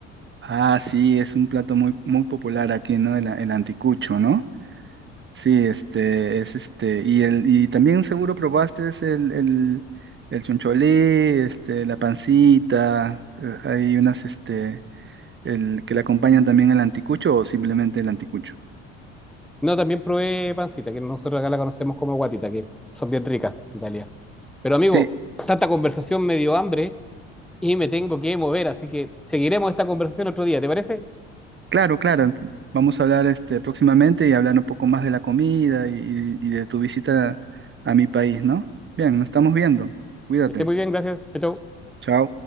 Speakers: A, on the right; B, in the centre.
A: Ah, sí, es un plato muy, muy popular aquí, ¿no? El, a- el anticucho, ¿no? Sí, este, es este, y el, y también seguro probaste es el, el, el choncholí, este, la pancita, eh, hay unas, este, el que le acompañan también al anticucho o simplemente el anticucho.
B: No, también probé pancita, que nosotros acá la conocemos como guatita, que son bien ricas en realidad. Pero amigo,
A: Sí,
B: tanta conversación me dio hambre y me tengo que mover, así que seguiremos esta conversación otro día, ¿te parece?
A: Claro, claro. Vamos a hablar este, próximamente y hablar un poco más de la comida y, y y de tu visita a mi país, ¿no? Bien, nos estamos viendo. Cuídate.
B: Que esté muy bien, gracias. Chao, chao.
A: Chao.